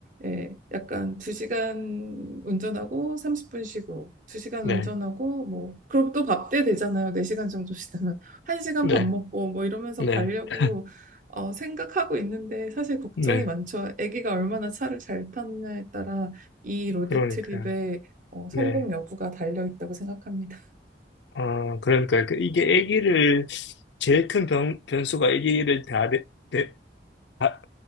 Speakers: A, on the right; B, on the left.
A: 예, 약간 2시간 운전하고 30분 쉬고 2시간
B: 네,
A: 운전하고 뭐 그럼 또 밥 때 되잖아요. 4시간 정도 쉬다면 1시간
B: 네,
A: <laughs> 밥 먹고 뭐 이러면서
B: 네,
A: 가려고
B: 네,
A: 어, 생각하고 있는데 사실 걱정이
B: 네,
A: 많죠. 아기가 얼마나 차를 잘 타느냐에 따라 이 로드
B: 그러니까요.
A: 트립의 어, 성공
B: 네.
A: 여부가 달려 있다고 생각합니다.
B: 어, 그러니까 그 이게 아기를 제일 큰 변, 변수가 아기를 다, 데, 데, 다